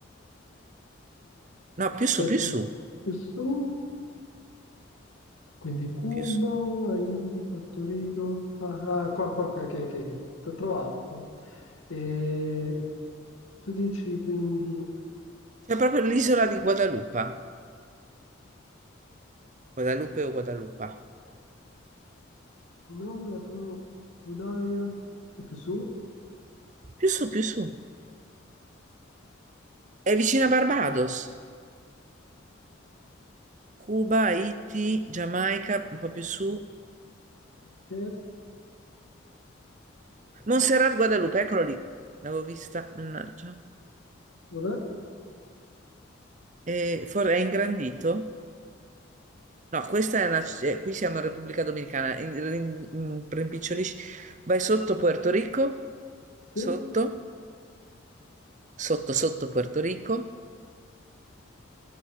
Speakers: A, on the right; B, on the left.
A: No, più su,
B: Aspetta,
A: più su,
B: più su. Quindi Cuba,
A: più su.
B: Haiti, Porto Rico. Ah, ah, qua, qua, qua, ok, ok, ok. T'ho trovato, t'ho trovato. E tu dici quindi
A: C'è proprio l'isola di Guadalupe, Guadalupe o Guadalupa.
B: non la trovo, Udaya, è più su,
A: Più su, più su. È vicino a Barbados. Cuba, Haiti, Giamaica, un po' più su.
B: ok,
A: Montserrat, Guadalupe, eccolo lì. L'avevo vista, mannaggia.
B: vabbè,
A: E for- è ingrandito? No, questa è una... eh, qui siamo in Repubblica Dominicana. In- in- in- rimpicciolisci. Vai sotto Puerto Rico, sotto,
B: sì,
A: sotto, sotto Puerto Rico.